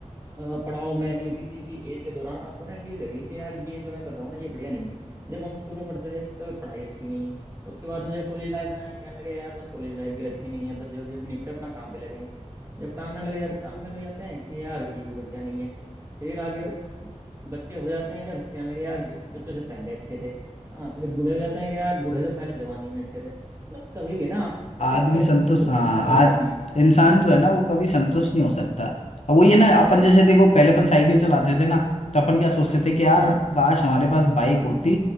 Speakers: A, on the right (about 25°); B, on the left (about 60°).
A: अ, पड़ाव में किसी भी एज के दौरान आपको ना एक चीज लगेगी कि यार ये जो मैं कर रहा हूँ ना ये बढ़िया नहीं है जब हम स्कूल में पढ़ते थे तो पढ़ाई अच्छी नहीं है उसके बाद में जब कॉलेज लाइफ में आए कहने लगे यार बस कॉलेज लाइफ भी अच्छी नहीं है बस जल्दी जल्दी निपटे अपना काम पे लगे हैं जब काम में लग जाते काम में लग जाते हैं कि यार ये भी बढ़िया नहीं है फिर आगे बच्चे हो जाते हैं जब कहने लगे यार बि- बच्चों से पहले अच्छे थे हाँ फिर बूढ़े हो जाते हैं कि यार बूढ़े से पहले जवानी में अच्छे थे मतलब कभी भी ना सेटिस्फेक्शन
B: आदमी संतुष्ट
A: मुझे तो
B: हाँ
A: लगता है मिलता
B: आज
A: नहीं है
B: इंसान जो है ना
A: <laughs>
B: वो कभी संतुष्ट नहीं हो सकता अब वो ये ना अपन जैसे देखो पहले अपन साइकिल चलाते थे ना तो अपन क्या सोचते थे कि यार
A: हम्म
B: काश हमारे पास बाइक होती